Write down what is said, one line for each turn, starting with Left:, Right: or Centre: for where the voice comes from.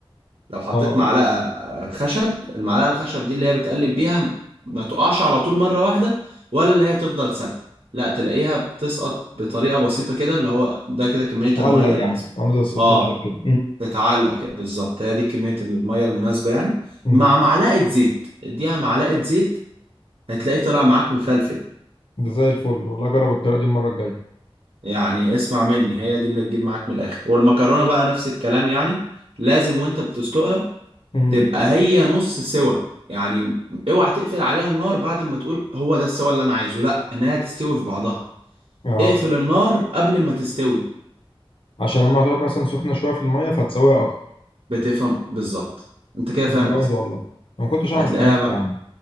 Right: لو حطيت
Left: اه
Right: معلقة آه، خشب المعلقة الخشب دي اللي هي بتقلب بيها ما تقعش على طول مرة واحدة ولا اللي هي تفضل ثابتة لا تلاقيها بتسقط بطريقة بسيطة كده اللي هو ده كده كمية
Left: اتعلق
Right: المية المظبوطة
Left: يعني عامل زي السسبنشن
Right: اه
Left: كده
Right: تتعلق كده بالظبط هي دي كمية المية المناسبة يعني
Left: امم
Right: مع معلقة زيت اديها معلقة زيت هتلاقي طلع معاك مفلفل
Left: ده زي الفل والله جرب الطريقه دي المره الجايه
Right: يعني اسمع مني هي دي اللي تجيب معاك من الآخر والمكرونة بقى نفس الكلام يعني لازم وانت بتسلقها
Left: امم
Right: تبقى هي نص سوا يعني اوعى تقفل عليها النار بعد ما تقول هو ده السوا اللي انا عايزه لا انها تستوي في بعضها
Left: اه
Right: اقفل النار قبل ما تستوي
Left: عشان لما هتقعد مثلا سخنه شويه في الميه فهتسويها اكتر
Right: بتفهم بالظبط انت كده
Left: طب
Right: فاهم
Left: ما جامد
Right: قصدي
Left: والله انا ما كنتش اعرف
Right: هتلاقيها
Left: الحاجات دي
Right: بقى
Left: يا عم